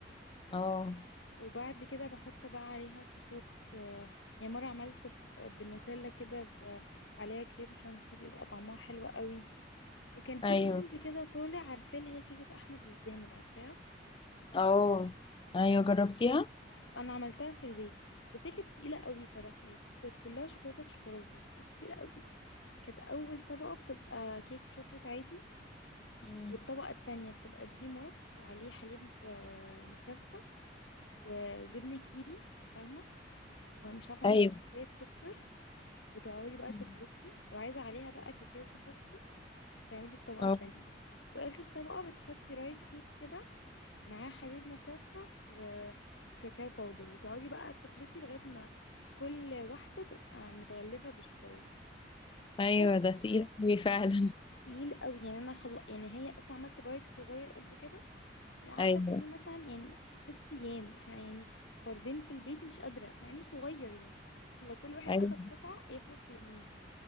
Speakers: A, on the left (about 25°); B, on the left (about 90°).
A: اه
B: وبعد كده بحط بقى عليها صوصات آه، يعني مرة عملت ب- بالنوتيلا كده ب- عليها كريم شانتيه بيبقى طعمها حلو قوي وكان في
A: ايوه
B: ترند كده طالع عارفاه اللي هي كيكة أحمد الزامل عارفاها
A: اه ايوه جربتيها
B: انا عملتها في البيت بس هي كانت تقيله قوي صراحه هي كانت كلها شوكولاته في شوكولاته كانت تقيله قوي كانت اول طبقه بتبقى كيك شوكليت عادي
A: أمم،
B: والطبقه التانية بتبقى دريم ويب وعليه حليب آه، مكثف و- وجبنه كيري فاهمه ومش عارفه نص
A: ايوه
B: كوبايه سكر وتقعدي بقى
A: أمم،
B: تخلطي لو عايزه عليها بقى كاكاو تحطي تعملي الطبقه
A: اه
B: التانية واخر طبقه بتحطي رايس كيك كده معاه حليب مكثف و... وكاكاو باودر وتقعدي بقى تخلطي لغاية ما كل واحدة تبقى متغلفة بالشوكولاتة
A: ايوه
B: بس
A: ده تقيل أوي فعلا
B: تقيل قوي يعني انا خل... يعني هي اصلا عملت بايك صغير قد كده يعني قعدت
A: أيوه
B: اكل فيه مثلا يعني ست ايام احنا يعني فردين في البيت مش قادرة مع انه صغير يعني احنا لو كل واحد
A: أيوه
B: اخد
A: فعلا.
B: قطعة يخلص في يومين